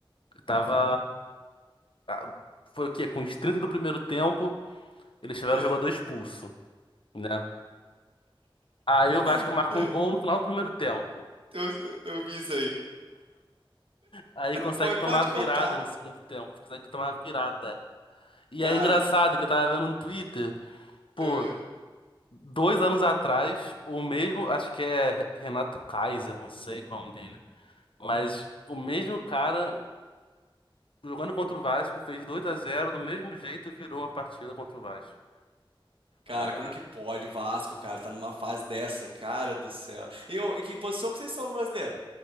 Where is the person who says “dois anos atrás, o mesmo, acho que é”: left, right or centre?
Left